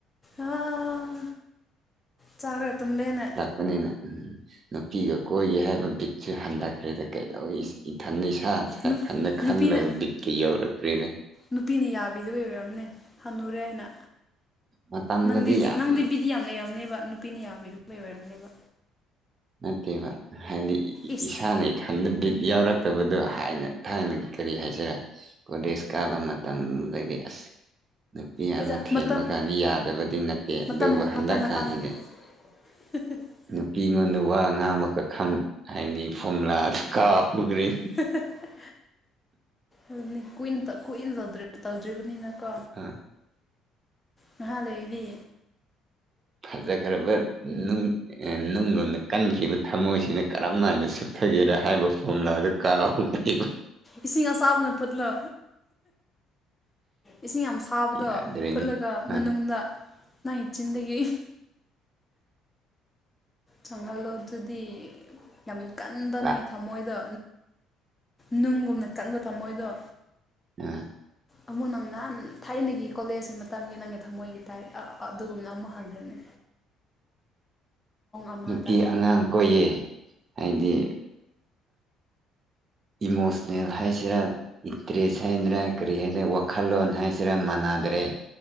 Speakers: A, on the left (about 20°); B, on the right (about 40°).
A: ꯑꯥ ꯆꯥꯔꯒ ꯇꯨꯝꯕꯦꯅꯦ
B: ꯕꯅꯤꯅꯦ ꯎꯝ ꯅꯨꯄꯤꯒ ꯀꯣꯏꯒꯦ ꯍꯥꯏꯕ ꯕꯤꯠꯁꯦ ꯍꯟꯂꯛꯈ꯭ꯔꯦꯅꯦ ꯀꯩꯗꯧꯏ ꯏꯊꯟꯗ ꯏꯁꯥ
A: ꯅꯨ
B: ꯏꯊꯟꯗ ꯈꯜꯂꯒ
A: ꯅꯨꯄꯤꯅ
B: ꯕꯤꯠꯇꯀ ꯌꯧꯔꯛꯇ꯭ꯔꯤꯅꯦ
A: ꯅꯨꯄꯤꯅ ꯌꯥꯕꯤꯗꯕꯩ ꯑꯣꯏꯔꯝꯅꯝ ꯍꯟꯅꯨꯔꯦꯅ
B: ꯃꯇꯝꯗꯗꯤ
A: ꯅꯪꯗꯤ ꯅꯪꯗꯤ
B: ꯌꯥꯝ
A: ꯅꯪꯗꯤꯕꯤ ꯑꯗꯨꯗꯤ ꯌꯥꯝ ꯂꯩꯔꯝꯅꯦꯕ ꯅꯨꯄꯤꯅ ꯌꯥꯕꯤꯗꯕꯩ ꯑꯣꯏꯔꯝꯅꯦꯕ
B: ꯅꯠꯇꯦꯕ ꯍꯥꯏꯗꯤ ꯏ
A: ꯏꯁ
B: ꯏꯁꯥ ꯅ ꯏꯊꯟꯗ ꯕꯤꯠ ꯌꯥꯎꯔꯛꯇꯕꯗꯣꯅ ꯊꯥꯏꯅ ꯀꯔꯤ ꯍꯥꯏꯁꯤꯔꯥ ꯀꯣꯂꯦꯖ ꯀꯥꯕ ꯃꯇꯝꯗꯗꯤ ꯑꯁ ꯃꯤ
A: ꯍꯣꯏꯗ
B: ꯑꯃ ꯊꯦꯝꯃ
A: ꯃꯇꯝ
B: ꯀꯥꯟꯗ ꯌꯥꯗꯕꯗꯤ ꯅꯠꯇꯦ
A: ꯃꯇꯝ
B: ꯑꯗꯨꯕꯨ ꯍꯟꯗꯛꯀꯥꯟꯗꯗꯤ
A: ꯃꯇꯝ ꯃꯇꯥꯡꯒꯤ <unintelligible>
B: ꯅꯨꯄꯤ ꯑꯩꯉꯣꯟꯗ ꯋꯥ ꯉꯥꯡꯕꯀ ꯈꯪ ꯍꯥꯏꯗꯤ ꯐꯣꯝꯂꯥꯗꯨ ꯀꯥꯎꯈ꯭ꯔꯦꯅꯦ
A: <unintelligible> ꯑꯗꯨꯅꯦ ꯀꯨꯏꯅ ꯀꯨꯏꯅ ꯇꯧꯗ꯭ꯔꯤꯕꯅꯤꯅ ꯀꯣ
B: ꯑ
A: ꯉꯥꯏꯍꯥꯛ ꯂꯩꯔꯗꯤ
B: ꯐꯖꯈ꯭ꯔꯕ ꯅꯨꯡ ꯅꯨꯡꯒꯣꯝꯅ ꯀꯟꯈꯤꯕ ꯊꯃꯣꯏꯁꯤꯅ ꯀꯔꯝ ꯍꯥꯏꯅ ꯁꯨꯞꯠꯊꯒꯦꯔꯥ ꯍꯥꯏꯕ ꯐꯣꯝꯂꯥꯗꯣ ꯀꯥꯎꯈꯤꯕ
A: ꯏꯁꯤꯡ ꯑꯁꯥꯕꯅ ꯐꯨꯠꯂꯣ ꯏꯁꯤꯡ ꯌꯥꯝ ꯁꯥꯕꯗꯣ
B: ꯌꯥꯗ꯭ꯔꯦꯅꯦ
A: ꯐꯨꯠꯂꯒ ꯃꯅꯨꯡꯗ
B: ꯑ
A: ꯅꯪꯒꯤ ꯆꯤꯟꯗꯒꯤ ꯆꯪꯍꯜꯂꯣ ꯑꯗꯨꯗꯤ ꯌꯥꯝ ꯀꯟꯕ ꯅꯪꯒꯤ
B: ꯑ
A: ꯊꯝꯃꯣꯏꯗꯣ ꯅꯨꯡꯒꯨꯝꯅ ꯀꯟꯕ ꯊꯝꯃꯣꯏꯗꯣ
B: ꯑꯥ
A: ꯑꯃꯨꯛ ꯅꯪ ꯅꯍꯥꯟ ꯊꯥꯏꯅꯒꯤ ꯀꯣꯂꯦꯖꯀꯤ ꯃꯇꯝꯒꯤ ꯅꯪꯒꯤ ꯊꯝꯃꯣꯏꯒꯤ ꯇꯥꯏꯞ ꯑꯗꯨꯒꯨꯝꯅ ꯑꯃꯨꯛ ꯍꯥꯡꯒꯟꯅꯤ ꯑꯃꯗ
B: ꯅꯨꯄꯤ ꯑꯉꯥꯡ ꯀꯣꯏꯌꯦ ꯍꯥꯏꯗꯤ ꯏꯃꯣꯁꯟꯅꯦꯜ ꯍꯥꯏꯁꯤꯔꯥ ꯏꯇ꯭ꯔꯦꯁ ꯍꯥꯏꯁꯤꯔꯥ ꯀꯔꯤ ꯍꯥꯏꯗ꯭ꯔꯥ ꯋꯥꯈꯜꯂꯣꯟ ꯍꯥꯏꯁꯤꯔꯥ ꯃꯥꯟꯅꯥꯗ꯭ꯔꯦ